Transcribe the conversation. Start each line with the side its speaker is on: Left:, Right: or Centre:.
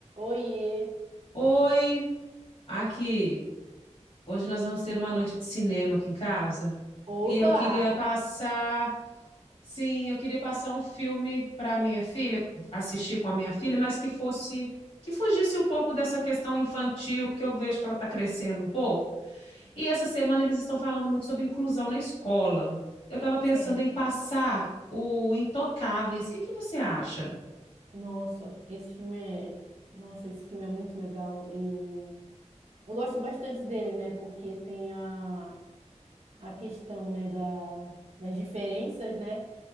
Right: Oiê!
Left: Oi, aqui. Hoje nós vamos ter uma noite de cinema aqui em casa.
Right: Oba!
Left: E eu queria passar, sim, eu queria passar um filme para minha filha, assistir com a minha filha, mas que fosse, que fugisse um pouco dessa questão infantil, porque eu vejo que ela está crescendo um pouco. E essa semana eles estão falando muito sobre inclusão na escola. Eu estava pensando
Right: Certo.
Left: em passar o Intocáveis. O que que você acha?
Right: Nossa, esse filme é, nossa, esse filme é muito legal. Eu, eu gosto bastante dele, né? Porque tem a, a questão, né, da, das diferenças, né,